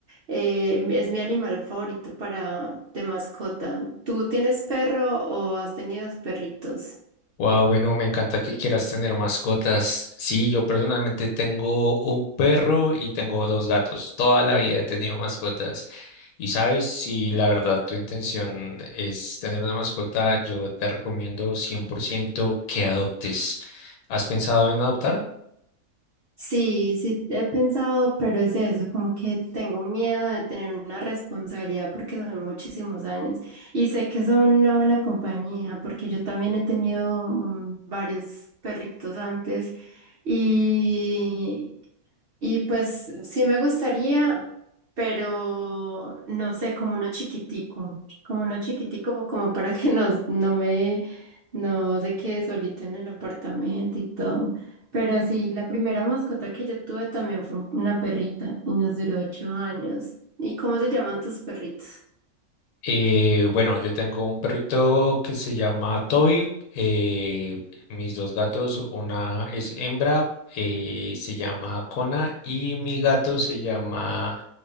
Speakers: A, on the right; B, on the left.
A: eh, es mi animal favorito para de mascota. ¿Tú tienes perro o has tenido perritos?
B: Wow, bueno, me encanta que quieras tener mascotas. Sí, yo personalmente tengo un perro y tengo dos gatos. Toda la vida he tenido mascotas. Y sabes, si la verdad tu intención es tener una mascota, yo te recomiendo 100% que adoptes. ¿Has pensado en adoptar?
A: Sí, sí, he pensado, pero es eso, como que tengo miedo de tener una responsabilidad porque son muchísimos años y sé que son una buena compañía porque yo también he tenido mm, varios perritos antes y, y pues sí me gustaría, pero no sé, como uno chiquitico, como uno chiquitico, como para que no, no me, no se quede solito en el apartamento y todo. Pero sí, la primera mascota que yo tuve también fue una perrita y nos duró ocho años. ¿Y cómo se llaman tus perritos?
B: Eh, bueno, yo tengo un perrito que se llama Toby. eh, mis dos gatos, una es hembra, eh, se llama Cona, y mi gato se llama